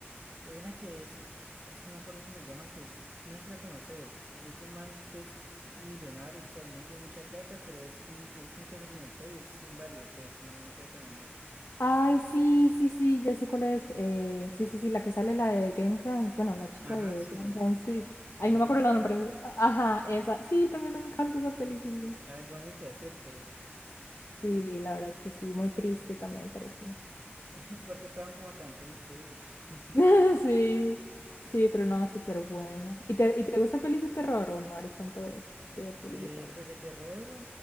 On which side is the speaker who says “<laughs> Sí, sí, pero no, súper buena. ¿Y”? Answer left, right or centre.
Left